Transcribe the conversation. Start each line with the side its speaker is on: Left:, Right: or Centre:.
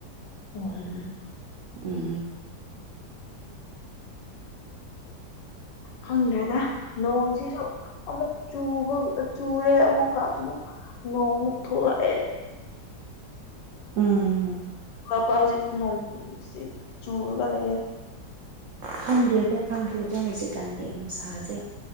Left: ꯑꯣ ꯎꯝ ꯎꯝ
Right: ꯎꯝ
Left: ꯈꯪꯗ꯭ꯔꯦꯗ ꯅꯣꯡꯁꯤꯁꯨ ꯑꯃꯨꯛ ꯆꯨꯕ ꯆꯨꯔꯦ ꯑꯃꯨꯛꯀ ꯑꯃꯨꯛ ꯅꯣꯡꯃꯨꯛ ꯊꯂꯛꯑꯦ
Right: <unintelligible> ꯎꯝ
Left: ꯏꯁꯥꯖꯤꯣꯡ ꯆꯨꯔꯒ ꯂꯩꯦ
Right: ꯈꯪꯗ꯭ꯔꯦꯗ ꯈꯪꯗ꯭ꯔꯦꯗ ꯍꯧꯖꯤꯛꯀꯥꯟꯒꯤ ꯅꯨꯡꯁꯥꯁꯦ